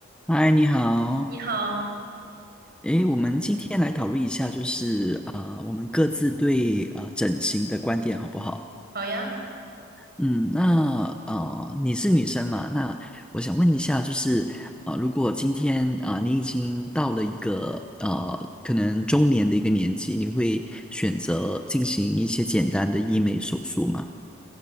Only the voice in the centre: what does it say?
嗨，你好。
诶，我们今天来讨论一下，就是呃，我们各自对呃整形的观点好不好？
嗯，那呃，你是女生嘛？那我想问一下，就是呃，如果今天啊、呃你已经到了一个呃可能中年的一个年纪，你会选择进行一些简单的医美手术吗？